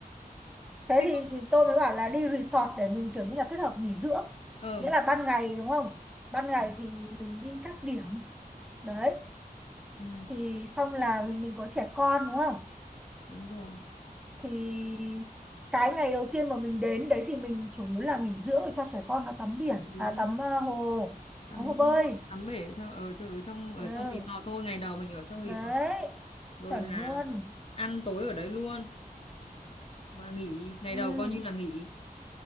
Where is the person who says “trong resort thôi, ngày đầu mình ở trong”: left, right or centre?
Left